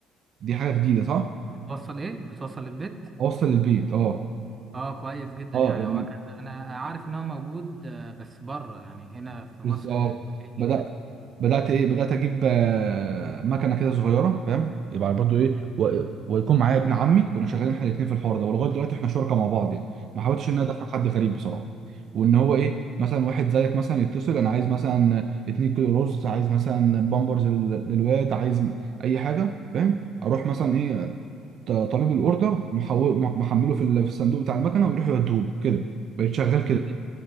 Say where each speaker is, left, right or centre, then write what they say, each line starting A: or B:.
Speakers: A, on the right (about 55°); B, on the right (about 30°).
A: دي حاجة جديدة صح؟
B: بتوصل ايه بتوصل للبيت
A: اوصل البيت اه
B: اه كويس جدا
A: اه
B: يعني
A: يعني
B: هو كان انا عارف ان هو موجود آه، بس بره يعني هنا في
A: بالظبط
B: مصر آه، قليل
A: بدات
B: جدا
A: بدات ايه بدات اجيب آه، مكنه كده صغيره فاهم يبقى برضو ايه و... ويكون معايا ابن عمي كنا شغالين احنا الاثنين في الحوار ده ولغايه دلوقتي احنا شركاء مع بعض يعني ما حاولتش ان
B: جميل
A: انا ادخل حد غريب بصراحه وان هو ايه مثلا واحد زيك مثلا يتصل انا عايز مثلا 2 كيلو رز عايز مثلا بامبرز لل- للواد عايز م- اي حاجه فاهم اروح مثلا ايه ط- طالب الاوردر محول- محمله في ال- في الصندوق بتاع المكنه ويروح يوديهوله كده بقيت شغال
B: جميل
A: كده